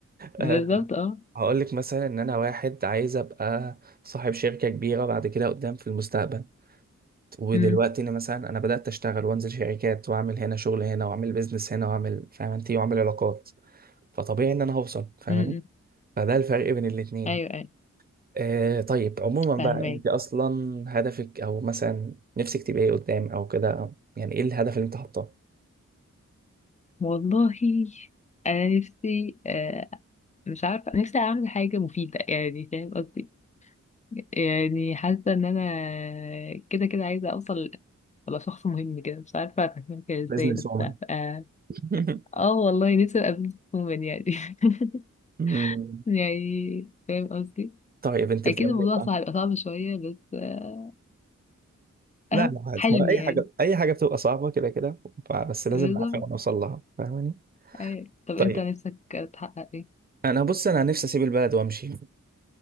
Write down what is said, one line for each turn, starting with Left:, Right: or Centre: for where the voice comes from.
Left: بالظبط
Right: أه
Left: اه
Right: هقول لك مثلا ان انا واحد عايز ابقى صاحب شركه كبيره بعد كده قدام في المستقبل ودلوقتي
Left: أمم.
Right: انا مثلا انا بدات اشتغل وانزل شركات واعمل هنا شغل هنا واعمل بيزنس هنا واعمل فاهم انت واعمل علاقات فطبيعي ان انا هوصل فاهماني
Left: امم
Right: فده الفرق بين الاتنين
Left: ايوه ايوه
Right: آه طيب عموما
Left: فاهمك
Right: بقى انت اصلا هدفك او مثلا نفسك تبقى ايه قدام او كده أو يعني ايه الهدف اللي انت حاطاه
Left: والله انا نفسي آه مش عارفه نفسي اعمل حاجه مفيده يعني فاهم قصدي يعني حاسه ان انا كده كده عايزه اوصل ابقى شخص مهم كده مش عارفه افهمها كده ازاي
Right: بزنس
Left: بس
Right: وومن
Left: اه,
Right: <laughs>
Left: آه والله نفسي ابقى بزنس وومن يعني <laughs>
Right: مم.
Left: يعني فاهم قصدي
Right: طيب انت
Left: اكيد
Right: بتعملي
Left: الموضوع
Right: ايه بقى
Left: صعب صعب شويه بس آه،
Right: لا
Left: اهو
Right: لا عادي
Left: حلمي
Right: ما اي
Left: يعني
Right: حاجه اي حاجه بتبقى صعبه كده كده ف- بس لازم
Left: بالظبط
Right: نعرفها ونوصل لها فاهماني
Left: أيوة. طب
Right: طيب
Left: انت نفسك تحقق ايه
Right: انا بص انا نفسي اسيب البلد وامشي